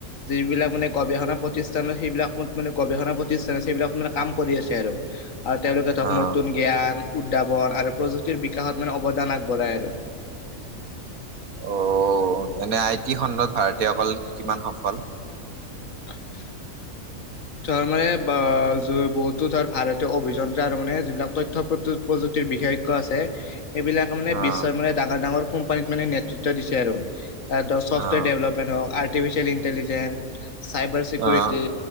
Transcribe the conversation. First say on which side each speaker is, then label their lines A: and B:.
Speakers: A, on the left; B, on the right.
A: যিবিলাক মানে গৱেষণা প্ৰতিষ্ঠান সেইবিলাক মানে গৱেষণা প্ৰতিষ্ঠানছে সেইবিলাক মানে কাম কৰি আছে আৰু আৰু তেওঁলোকে ধৰক
B: অ'।
A: নতুন জ্ঞান উদ্যাৱন আৰু প্ৰযুক্তিৰ বিকাশত মানে অৱদান আগবঢ়ায় আৰু
B: অ এনে আই টি খণ্ডত ভাৰতীয়সকল কিমান সফল,
A: <inaudible> ধৰ মানে বা য বহুতো ধৰ ভাৰতীয় অভিযন্ত্ৰা আৰু মানে যিবিলাক তথ্য প্ৰ প্ৰযুক্তিৰ বিষয়ষ, আছে সেইবিলাকে মানে
B: অ',
A: বিশ্বৰ মানে ডাঙৰ ডাঙৰ কোম্পানীত মানে নেতৃত্ব দিছে আৰু তাৰ ধ চফটৱোৰ
B: অ',
A: ডেভেলপমণ্ট হওক আৰ্টিফিচিয়েল ইণ্টেলিজেঞ্চ চাইবাৰ চিকিউৰিটি,
B: অ',